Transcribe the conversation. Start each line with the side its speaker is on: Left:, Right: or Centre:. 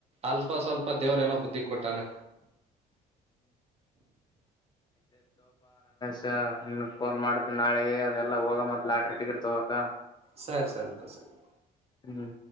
Right: ಅಲ್ಪ ಸ್ವಲ್ಪ ದೇವ್ರ ಏನೋ ಬುದ್ಧಿ ಕೊಟ್ಟಾನೆ
Left: <inaudible> ನಿ ಫೋನ್ ಮಾಡತ್ತ ನಾಳೆಗೆ ಅದೆಲ್ಲಾ ಹೋಗ ಮತ್ತತ್ ಲಾಟ್ರಿ ಟಿಕೆಟ್ ತಗಕ
Right: ಸರಿ ಸರಿ ಸರಿ
Left: ಹ್ಮ್